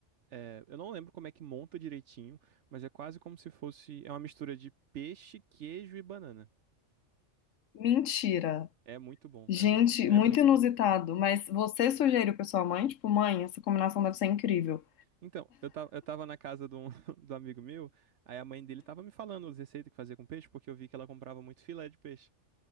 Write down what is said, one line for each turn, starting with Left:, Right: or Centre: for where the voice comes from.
Right: É, eu não lembro como é que monta direitinho, mas é quase como se fosse. É uma mistura de peixe, queijo e banana.
Left: Mentira.
Right: É muito bom,
Left: Gente,
Right: é muito, é
Left: muito
Right: muito
Left: inusitado.
Right: bom.
Left: Mas você sugeriu pra sua mãe? Tipo, mãe, essa combinação deve ser incrível.
Right: Então, eu tava, eu tava na casa de um, <laughs> do amigo meu, aí a mãe dele tava me falando as receitas que fazia com peixe, porque eu vi que ela comprava muito filé de peixe.